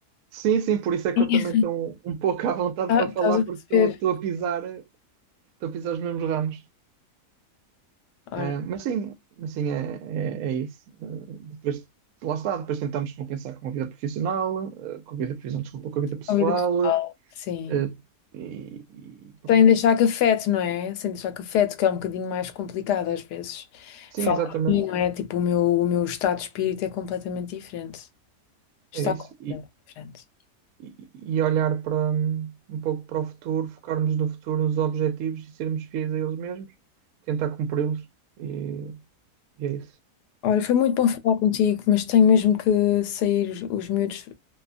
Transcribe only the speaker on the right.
Sim, sim, por isso é que
eu também estou um pouco <laughs> à vontade
para falar,
porque estou estou a pisar, eh, estou a pisar os mesmos ramos.
Ah, mas sim, mas sim, é, é, é isso. Ah, depois, lá está, depois tentamos compensar com a vida profissional, ah, com a vida, profissional, desculpa, com a vida pessoal,
ah, e, e pronto.
Sim,
exatamente,
é isso.
e, e olhar para um pouco para o futuro, focarmos no futuro, nos objetivos e sermos fiéis a eles mesmos, tentar cumpri-los e, e é isso.